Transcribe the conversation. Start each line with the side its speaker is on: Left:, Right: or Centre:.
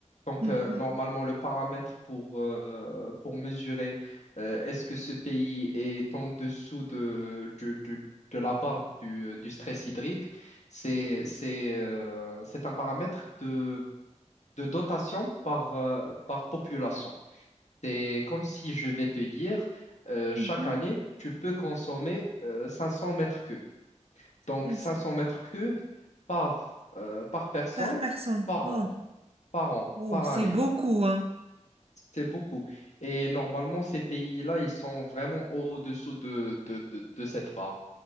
Left: Donc,
Right: Mhm.
Left: euh, normalement, le paramètre pour, euh, pour mesurer euh, est-ce que ce pays est en dessous de, de, de- de la barre du, du stress hydrique, c'est, c'est, euh, c'est un paramètre de, de dotation par, euh, par population. C'est comme si je vais te dire, euh,
Right: Mhm.
Left: chaque année, tu peux consommer euh, 500 mètres cubes. Donc,
Right: Yes.
Left: 500 mètres cubes par, euh, par personne,
Right: Par personne.
Left: par
Right: Oh,
Left: an, par an,
Right: oh,
Left: par
Right: c'est
Left: année.
Right: beaucoup, hein.
Left: C'est beaucoup. Et normalement, ces pays-là, ils sont vraiment au-dessous de, de, de- de cette barre.